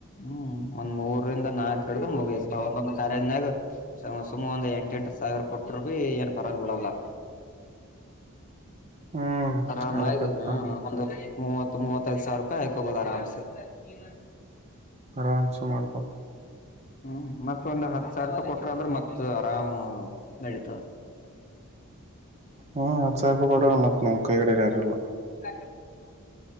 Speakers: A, on the left (about 35°); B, on the right (about 30°).
A: ಹ್ಮ್ ಒಂದ್ ಮೂರಿಂದ ನಾಕು ಹಡ ಮುಗಿತು ಸದಿನಯಾಗ ಸುಮ ಒಂದ್ ಎಂಟ ಎಂಟು ಸಾವಿರ ಕೊಟ್ಟರು ಭ ಏನ್ ಪರಕ ಬೀಳಲ್ಲ <inaudible>
B: ಹ್ಮ್
A: ಆರಾಮಾಗಿ
B: ಅದ ಕರೆಕ್ಟ್
A: ಒಂದು ಮೂವತ್ತು ಮೂವತೈದು ಸಾವಿರ ರೂಪಾಯಿ ಆಯಕ್ ಹೋಗೋದ ಆರಾಮ್ಸೆ ಈ
B: ಆರಾಮ್ಸ ಮಾಡ್ಬೋ
A: ಹ್ಮ್ ಮತ್ತ ಒಂದ್ ಹತ್ ಸಾವಿರ ರೂಪಾಯಿ ಕೊಟ್ರ ಅಂದ್ರೆ ಮತ್ತ ಆರಾಮ್ ನಡತಾವ
B: ಹ್ಮ್ ಮತ್ತ ಹತ್ತ ಸಾವಿರ ಕೊಟ್ರ ಮತ್ತ ನ ಕೈಗಡೆರಾರಲ್ಲ
A: ಕ